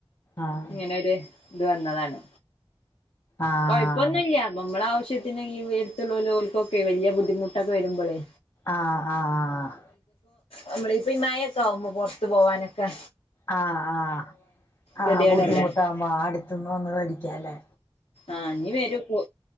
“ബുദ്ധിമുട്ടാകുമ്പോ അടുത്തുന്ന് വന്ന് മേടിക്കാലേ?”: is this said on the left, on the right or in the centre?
Left